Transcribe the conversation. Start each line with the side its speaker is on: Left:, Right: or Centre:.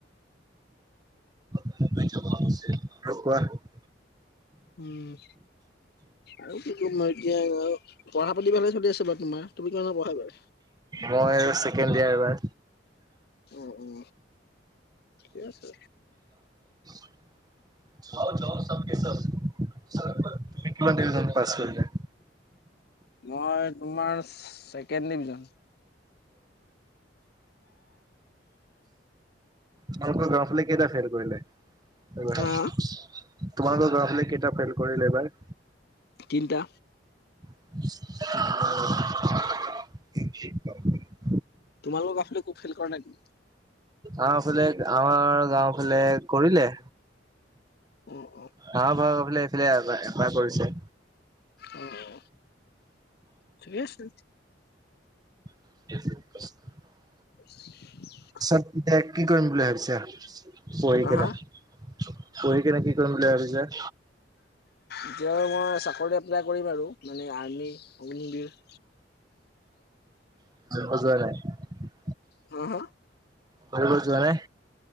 Right: <unintelligible> <unintelligible>
Left: উম। আৰু কি ক'ম আৰু এতিয়া পঢ়া পাতি ভালে চলি আছে বাৰু তোমাৰ কি মানত পঢ়া এইবাৰ।
Right: মই আৰু ছেকেণ্ড ইয়াৰ এবাৰ।
Left: উম উম ঠিকে আছে
Right: <unintelligible> <unintelligible>
Left: মই তোমাৰ ছেকেণ্ড ডিভিজন।
Right: তোমালোকৰ গাঁওৰ ফালে কেইটা ফেইল কৰিলে এইবাৰ।
Left: হা
Right: তোমালোকৰ গাওঁৰ ফালে কেইটা ফেইল কৰিলে এইবাৰ।
Left: তিনিটা।
Right: <unintelligible>
Left: তোমালোকৰ <unintelligible> ফালে একো ফেইল কৰা নাই।
Right: আমাৰ ফালে আমাৰ গাওঁ ফালে কৰিলে।
Left: অ', অ'।
Right: <unintelligible> এবাৰ এবাৰ কৰিছে।
Left: অ' ঠিকে আছে।
Right: <unintelligible>
Left: <inaudible>
Right: <unintelligible> এতিয়া কৰিম বুলি ভাবিছা, পঢ়ি
Left: হা
Right: কিনে।
Left: হা
Right: পঢ়ি কিনে কি কৰিম বুলি ভাবিছা?
Left: এতিয়া মই চাকৰি এপ্লাই কৰিম আৰু মানে আৰ্মি, অগ্নিবিৰ।
Right: <unintelligible>
Left: হম, হম।
Right: বাকী ক'তো যোৱা নাই।